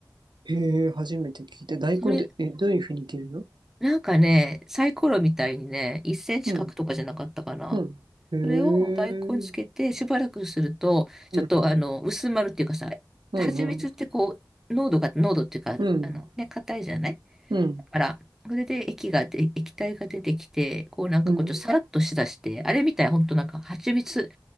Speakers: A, on the right; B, in the centre.
A: へえ、初めて聞いた。大根って、
B: それ、
A: え、どういうふうに切るの
B: なんかね、サイコロみたいにね、1センチ角とかじゃなかったかな。
A: うん、うん。へえ、う
B: それを大根につけてしばらくすると、ちょっとあの薄まるっていうかさ、
A: ん、うん、
B: 蜂蜜ってこう、
A: うん、
B: 濃度が、濃度っていうか、
A: うん、
B: あのね、硬いじゃない
A: うん、
B: だから、それで液がで、液体が出てきて、こうなんかこうちょっとさらっとしだして、
A: うん
B: あれみたい、ほんとなんか蜂蜜